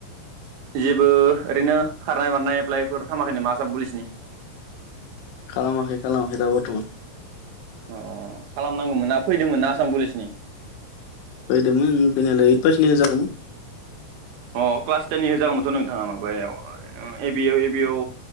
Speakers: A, on the right; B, on the left.
A: जेबो ओरैनो खारनाय बारनाय एप्लाइफोर खामाखै नामा आसाम पुलिसनि
B: खालामाखै खालामाखै दा बरथमान
A: अ खालामनांगौमोन ना फैदोंमोन ना आसाम पुलिसनि
B: फैदोंमोन फैनायलाय ओइ बासनि होजागौमोन
A: अ क्लास टेननि होजागौमोनथ' नोंथाङा माबायाव ए बिआव ए बिआव